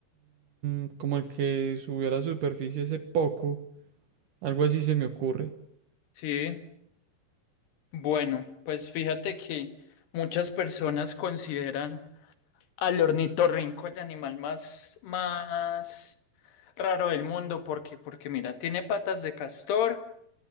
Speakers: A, on the right; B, on the left.
A: mm, como el que subió a la superficie hace poco. Algo así se me ocurre.
B: Sí. Bueno, pues fíjate que muchas personas consideran al ornitorrinco, el animal más, más raro del mundo. ¿Por qué? Porque mira, tiene patas de castor,